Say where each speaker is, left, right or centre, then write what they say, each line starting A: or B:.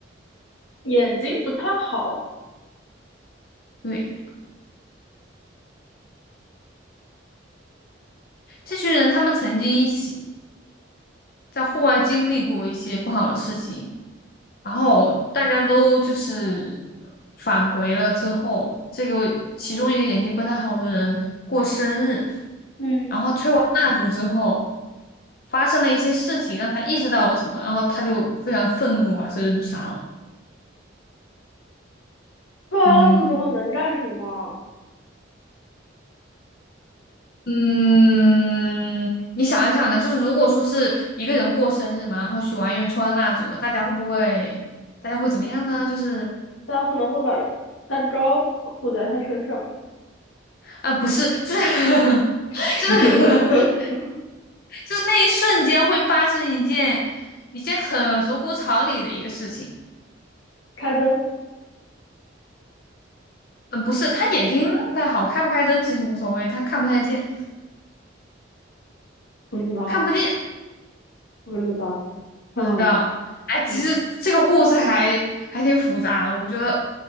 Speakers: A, on the left (about 85°); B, on the left (about 50°).
A: 眼睛不太好。
B: <laughs> 对，这群人他们曾经一起在户外经历过一些不好的事情，然后大家都就是返回了之后，这个其中一个眼睛不太好的人过生日，
A: 嗯，
B: 然后吹完蜡烛之后，发生了一些事情，让他意识到了什么，然后他就非常愤怒，把所有人都杀了。
A: 吃完蜡烛之后能干什么啊？
B: 嗯，嗯，你想一想呢，就是如果说是一个人过生日嘛，然后许完愿、吹完蜡烛，大家会不会，大家会怎么样呢？就是
A: 大家可能会把蛋糕糊在他身上，
B: 啊，不是，就是
A: <laughs>
B: <laughs> 就是 <laughs> 就那一瞬间会发生一件一件很合乎常理的一个事情。
A: 开灯，
B: 嗯，不是，他眼睛不太好，开不开灯其实无所谓，他看不太见，
A: 不知道，
B: 看不见。
A: 不知道。嗯
B: 不知道。哎，其实这个故事还还挺复杂的，
A: 嗯，
B: 我觉得，